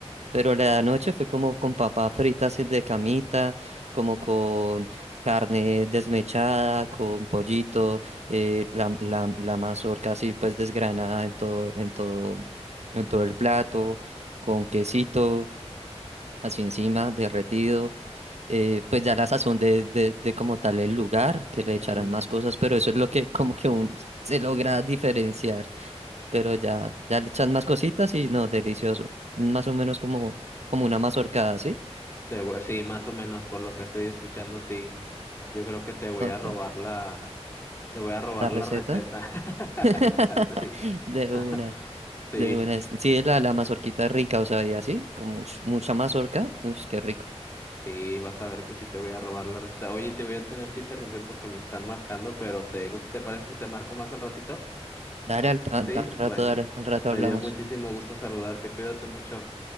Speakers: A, on the right; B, on the left.
A: Pero la noche fue como con papas fritas así de camita, como con carne desmechada, con pollito, eh, la, la, la mazorca así pues desgranada en todo, en todo, en todo el plato, con quesito así encima, derretido. eh, pues ya la sazón de, de, de como tal el lugar, que le
B: Ujú.
A: echarán más cosas, pero eso es lo que como que un, se logra diferenciar pero ya, ya le echan más cositas y no, delicioso. Más o menos como, como una mazorcada, ¿sí?
B: Te voy- sí, más o menos por lo que estoy escuchando, sí. Yo creo que te voy
A: Ok,
B: a robar la, te voy a robar
A: la receta.
B: la receta. <laughs>
A: <laughs>
B: Sí.
A: De
B: <laughs>
A: una,
B: Sí,
A: de una. es- Sí, la, la mazorquita es rica, o sea, y así, como ush, mucha mazorca. Uff, qué rico.
B: sí, vas a ver que sí te voy a robar la receta. Oye, te voy a tener que interrumpir porque me están marcando, pero ¿te gus- te parece si te marco más al ratito?
A: Dale al, al
B: Sí,
A: al rato,
B: bueno.
A: dale, al rato
B: Me
A: hablamos.
B: dio muchísimo gusto saludarte. Cuídate mucho.